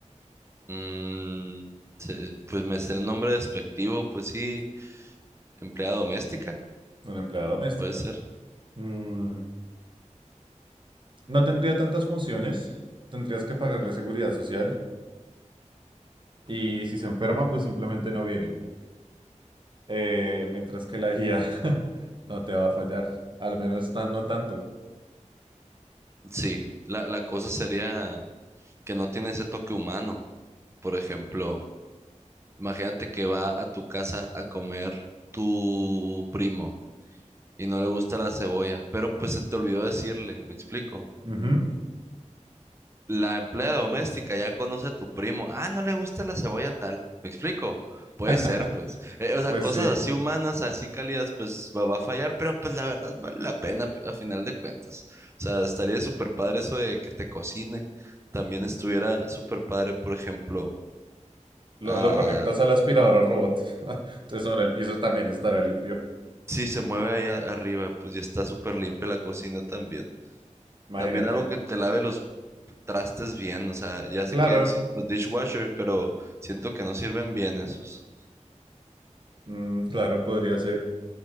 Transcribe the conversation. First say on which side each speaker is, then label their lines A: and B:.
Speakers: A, on the right; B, on the right.
A: Mm, se- pues me sé el nombre despectivo, pues sí, empleada doméstica,
B: Una empleada doméstica.
A: puede ser.
B: Mm, no tendría tantas funciones, tendrías que pagarle seguridad social y si se enferma, pues simplemente no viene. eh, mientras que la guía <laughs> no te va a fallar, al menos tan- no tanto.
A: Sí, la, la cosa sería que no tiene ese toque humano. Por ejemplo, imagínate que va a tu casa a comer tu primo y no le gusta la cebolla, pero pues se te olvidó decirle, ¿me explico?
B: Ujú.
A: la empleada doméstica ya conoce a tu primo. Ah, no le gusta la cebolla tal. ¿Me explico? Puede
B: <laughs>
A: ser, pues. Eh, o sea,
B: Pues
A: cosas
B: sí,
A: así humanas, así cálidas, pues va, va a fallar, pero pues la verdad vale la pena a final de cuentas. O sea, estaría súper padre eso de que te cocine. También estuviera súper padre, por ejemplo,
B: lo,
A: ah,
B: lo conectas a la aspiradora robot, <laughs> entonces ahora el piso también estará limpio,
A: si se mueve ahí a- arriba, pues ya está súper limpia la cocina también.
B: imagínate.
A: También algo que te lave los trastes bien, o sea, ya sé
B: Claro,
A: que existen los dishwashers, pero siento que no sirven bien esos.
B: mm, claro, podría ser.